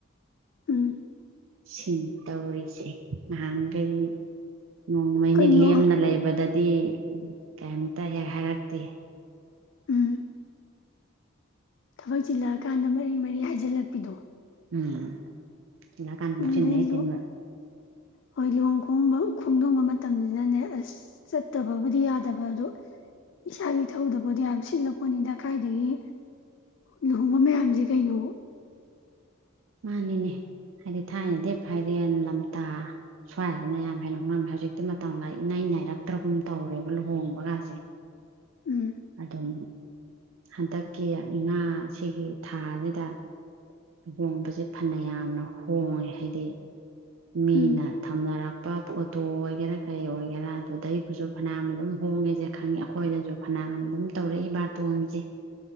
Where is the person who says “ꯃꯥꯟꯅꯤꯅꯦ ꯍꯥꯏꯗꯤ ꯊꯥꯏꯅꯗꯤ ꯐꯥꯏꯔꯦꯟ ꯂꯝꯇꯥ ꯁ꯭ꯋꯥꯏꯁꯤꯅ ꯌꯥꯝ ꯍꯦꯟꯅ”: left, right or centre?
Right